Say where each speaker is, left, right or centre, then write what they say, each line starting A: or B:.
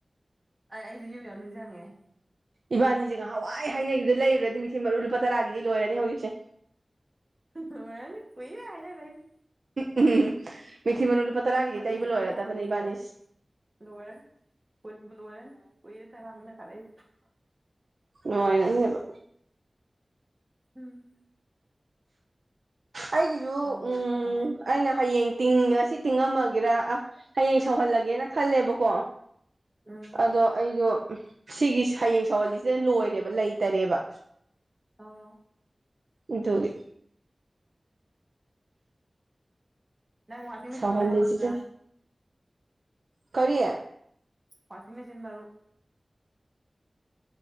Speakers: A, on the right; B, on the right.
A: ꯑꯩ ꯑꯩꯁꯦ ꯌꯨꯝꯌꯧꯔ ꯅꯤꯡꯖꯪꯉꯛꯑꯦ
B: ꯏꯕꯥꯅꯤꯖꯦ ꯅꯍꯥꯟꯋꯥꯏ ꯍꯥꯏꯅꯈꯤꯕꯗ ꯂꯩꯔꯨꯔꯗꯤ ꯃꯤꯊꯤ ꯃꯔꯨ ꯂꯨꯄꯥ ꯇꯔꯥꯒꯤꯗꯤ ꯂꯣꯏꯔꯅꯤ ꯍꯧꯖꯤꯛꯁꯦ
A: ꯂꯣꯢꯔꯅꯤ ꯀꯨꯢꯔꯦ ꯍꯥꯏꯅꯔꯛꯢꯁꯦ
B: ꯎꯝ ꯎꯝ ꯃꯤꯊꯤ ꯃꯔꯨ ꯂꯨꯄꯥ ꯇꯔꯥꯒꯤꯗꯤ
A: ꯃꯇꯦꯛ
B: ꯇꯩꯕ
A: ꯑꯃꯇꯪ
B: ꯂꯣꯏꯔꯗꯕꯅꯦ
A: ꯊꯣꯛꯄꯗꯨꯕꯨ
B: ꯏꯕꯥꯅꯤꯁꯤ
A: ꯍꯦꯛ ꯂꯣꯏꯔꯅꯤ ꯀꯨꯟꯕꯨ ꯂꯣꯏꯔꯅꯤ ꯀꯨꯏꯔꯦ ꯇꯒꯪꯅ ꯈꯜꯂꯛꯏꯁꯦ
B: ꯅꯨꯉꯥꯏꯅꯅꯦꯕ
A: ꯎꯝ
B: ꯑꯩꯒꯤꯁꯨ
A: ꯇꯧꯔꯤ
B: ꯎꯝ
A: ꯊꯕꯛ
B: ꯑꯩꯅ ꯍꯌꯦꯡ ꯇꯤꯡ ꯉꯁꯤ ꯇꯤꯡꯉꯝꯃꯒꯦꯔ ꯑ ꯍꯌꯦꯡ ꯁꯧꯍꯜꯂꯒꯦꯅ ꯈꯜꯂꯦꯕꯀꯣ
A: ꯎꯝ
B: ꯑꯗꯣ ꯑꯩꯗꯣ ꯁꯤꯒꯤ ꯍꯌꯦꯡ ꯁꯋꯥꯜꯂꯤꯁꯦ ꯂꯣꯏꯔꯦꯕ ꯂꯩꯇꯔꯦꯕ
A: ꯑ
B: ꯑꯗꯨꯒꯤ
A: ꯅꯪ ꯋꯥꯁꯤ
B: ꯁꯧꯍꯜꯂꯤꯁꯤꯗ
A: ꯃꯆꯠ ꯉꯅꯤꯡꯗ꯭ꯔꯥ
B: ꯀꯔꯤ
A: ꯋꯥꯁꯤ ꯃꯦꯁꯤꯤꯟ ꯃꯔ